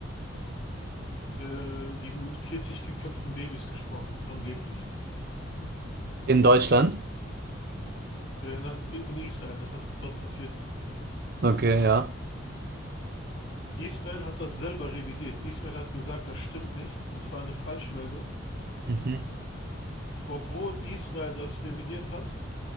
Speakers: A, on the left; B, on the right.
A: äh, diesen 40 geköpften Babys gesprochen, angeblich.
B: In Deutschland?
A: Äh, nein, in Israel, dass das dort passiert ist.
B: Okay, ja.
A: Israel hat das selber revidiert. Israel hat gesagt, das stimmt nicht, das war eine Falschmeldung.
B: Mhm,
A: Obwohl Israel das revidiert hat,